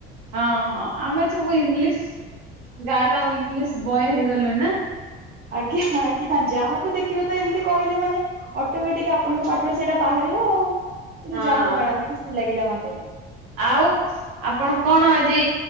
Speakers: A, on the right; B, on the right.
A: ହଁ ହଁ ଆମେ ସବୁ ଇଂଲିଶ ଗାଲ ଆଉ ଇଂଲିଶ ବୟ ହେଇଗଲୁଣି ନା
B: ଆଜ୍ଞା ଆଜ୍ଞ ଯାହାକୁ ଦେଖିବ ତ ଏମିତି କହିଲେ ମାନେ ଅଟୋମେଟିକ ଆପଣଙ୍କ ପାଟରୁ ସେଇଟା ବାହାରିବ ଆଉ କିନ୍ତୁ
A: ହଁ।
B: ଯା ହଉ ମାଡାମ ଖୁସି ଲାଗିଲା ମତେ
A: ଆଉ ଆପଣ କଣ ଆଜି